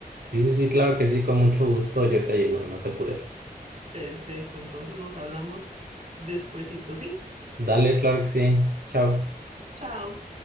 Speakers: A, on the right; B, on the right.
A: Sí, sí, sí, claro que sí, con mucho gusto yo te ayudo, no te apures.
B: Perfecto, entonces nos hablamos despuesito, ¿sí?
A: Dale, claro que sí. Chao.
B: Chao.